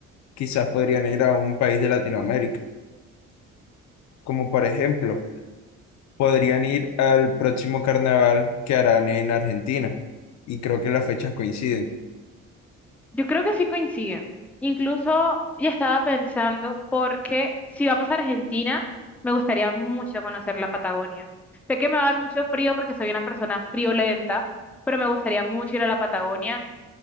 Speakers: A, on the left (about 65°); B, in the centre.
A: Quizás podrían ir a un país de Latinoamérica, como por ejemplo, podrían ir al próximo carnaval que harán en Argentina. Y creo que las fechas coinciden.
B: Yo creo que sí coinciden. Incluso ya estaba pensando, porque si vamos a Argentina, me gustaría mucho conocer la Patagonia. Sé que me va a dar mucho frío porque soy una persona friolenta, pero me gustaría mucho ir a la Patagonia.